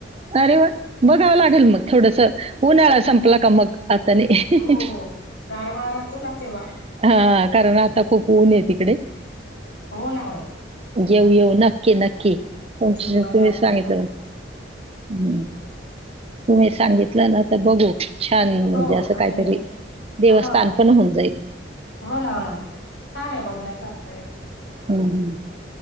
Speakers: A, on the right; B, on the left.
A: अरे व्वा बघावं लागेल मग थोडस उन्हाळा संपला का मग आतान नही
B: हो हो गारवा राहतो ना तेव्हा
A: हा कारण आता खूप ऊन आहे तिकडे
B: हो ना हो
A: येऊ येऊ नक्की नक्की तुमची
B: जून महिन्यात
A: तुम्ही सांगितलं
B: पण
A: हम्म
B: होम
A: तुम्ही सांगितलं ना तर बघू छान म्हणजे
B: हो
A: असं
B: आणि
A: काहीतरी देवस्थान
B: हो आणि
A: पण होऊन जाईल
B: हो ना हो ना छान आहे बघण्यासारखं आहे
A: हम्